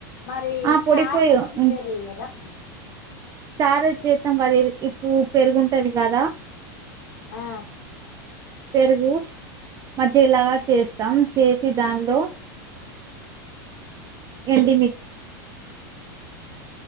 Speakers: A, on the left; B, on the right.
A: మరి
B: ఆ పొడి
A: చారు
B: పొడి
A: ఏం ప్రిపేర్
B: ఉం,
A: చేయ్యారా
B: చారు చేస్తాం కదా ఇప్పుడు పెరుగుంటది కదా
A: ఆ
B: పెరుగు మజ్జిగలాగా చేస్తాం చేసి దానిలో ఎండు మిర్చి